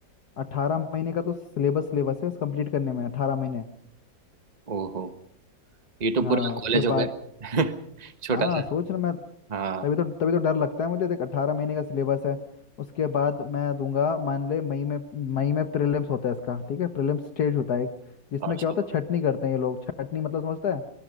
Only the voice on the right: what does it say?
ओहो ये तो
पूरा
कॉलेज हो
गया <laughs> छोटा
सा
हाँ
अच्छा